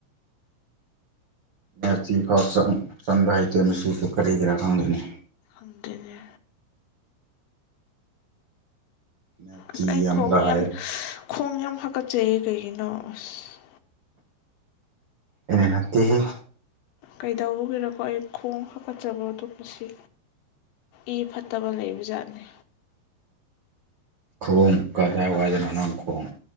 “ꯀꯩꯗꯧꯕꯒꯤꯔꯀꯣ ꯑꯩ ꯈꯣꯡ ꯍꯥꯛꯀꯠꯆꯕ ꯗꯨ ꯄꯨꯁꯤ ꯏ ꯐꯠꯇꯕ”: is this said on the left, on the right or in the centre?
Left